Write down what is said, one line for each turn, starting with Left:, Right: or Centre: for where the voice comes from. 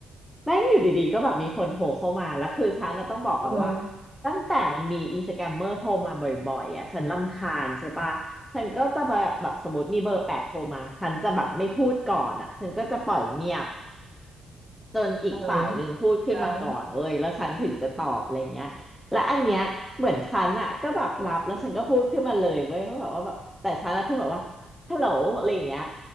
Centre: แม่งอยู่ดีๆก็แบบมีคนโทรเข้ามาแล้วคือฉันน่ะต้องบอกก่อนว่า
Right: เออ
Centre: ตั้งแต่มันมีอีสแกมเมอร์โทรมาบ่อยๆอ่ะฉันรำคาญใช่ปะฉันก็จะแบบแบบสมมติมีเบอร์แปดโทรมาฉันจะแบบไม่พูดก่อนอ่ะฉันก็จะปล่อยเงียบ จนอีกฝ่ายหนึ่งพูดขึ้นมาก่อนเว้ยแล้วฉันถึงจะตอบอะไรเงี้ยและอันเนี้ยเหมือนฉันอะก็แบบรับแล้วฉันก็พูดขึ้นมาเลยเว้ยว่าแบบว่าแบบแต่ฉันอะพูดแบบว่าฮัลโหลอะไรอย่างเงี้ย
Right: เออแล้ว